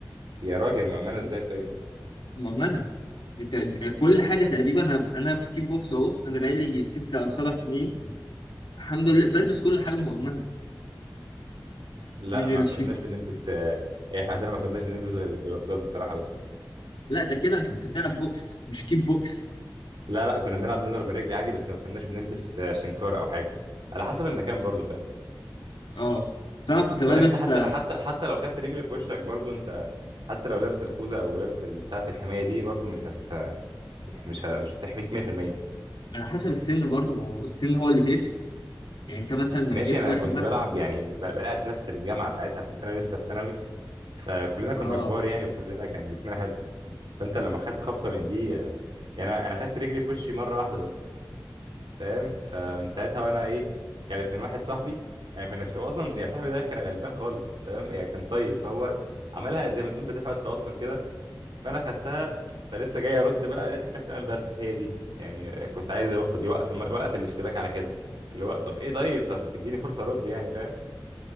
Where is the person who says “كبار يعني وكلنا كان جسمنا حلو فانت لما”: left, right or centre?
Right